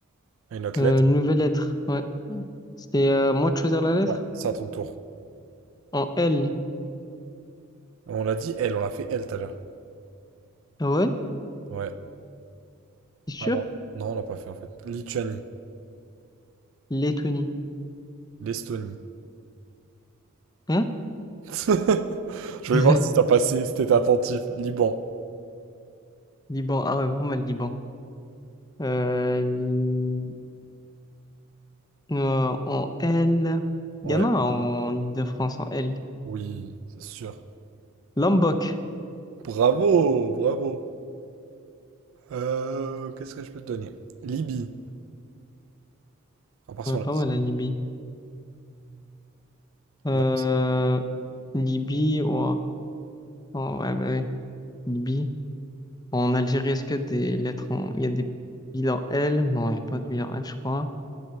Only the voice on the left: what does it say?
Euh, nouvelle lettre, ouais. Mm. C'était à moi de choisir la lettre?
En L.
Ah ouais,
c'est sûr?
Lettonie.
Hein?
<laughs>
Liban, ah ouais, vraiment le Liban. Euh, li- euh, en L.
Il y en a en Ile-de-France en L.
Lombok.
Ouais, pas
mal la Libye. Euh,
Libye, ouah. Oh, ouais, bah oui. Libye. En Algérie, est-ce qu'il y a des lettres en... Il y a des villes en L? Non, il n'y a pas de ville en L, je crois.